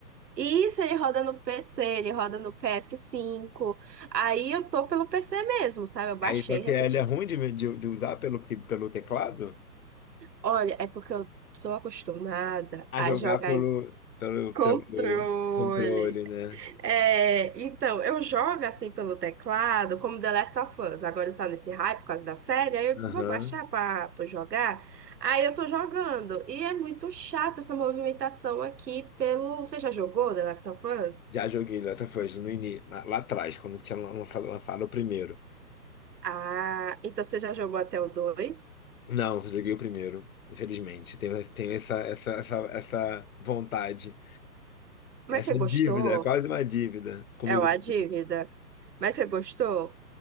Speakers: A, on the right; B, on the left.
A: Isso, ele roda no PC, ele roda no ps cinco. Aí eu tô pelo PC mesmo, sabe? Eu baixei
B: Aí só que
A: recentemente.
B: ele é ruim de, de, de usar pelo, que- pelo teclado
A: Olha, é porque eu sou acostumada
B: a
A: a
B: jogar
A: jogar
B: pelo, pelo,
A: Controle.
B: pelo controle, né?
A: É, então, eu jogo assim pelo teclado, como The Last of Us. Agora tá nesse hype por causa da série. Aí eu disse,
B: Aham.
A: vou baixar pra, pra jogar. Aí eu tô jogando. E é muito chato essa movimentação aqui pelo. Você já jogou The Last of Us?
B: Já joguei LaToFoz no início, lá atrás, quando tinha lan- lançado o primeiro.
A: Ah, então você já jogou até o dois?
B: Não, só joguei o primeiro, infelizmente. Tenho, esse- tenho essa, essa, essa, essa vontade,
A: Mas
B: essa
A: você gostou?
B: dívida, quase uma dívida comigo.
A: É uma dívida. Mas você gostou?